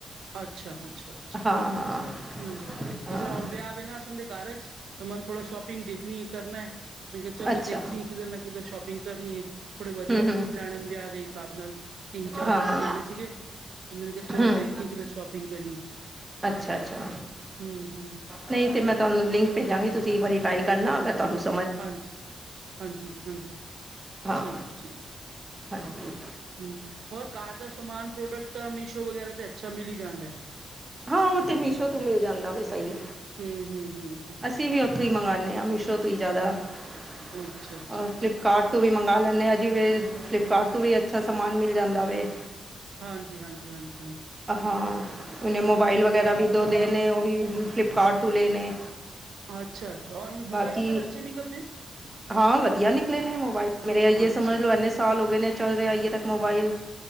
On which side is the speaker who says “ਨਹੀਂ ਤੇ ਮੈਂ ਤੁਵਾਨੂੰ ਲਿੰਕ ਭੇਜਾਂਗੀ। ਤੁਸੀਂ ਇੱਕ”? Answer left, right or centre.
Right